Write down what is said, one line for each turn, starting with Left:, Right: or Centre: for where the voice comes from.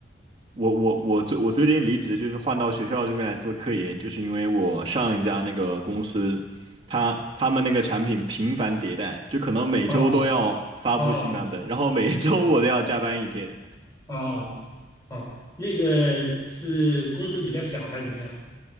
Right: 我我我最我最近离职，就是换到学校这边来做科研，就是因为我上一家那个公司，他他们那个产品频繁迭代，就可能每周都要发布新版本，
Left: 哦哦哦
Right: 然后每周我都要加班一天。
Left: 哦哦哦，那个是公司比较小还是怎么样？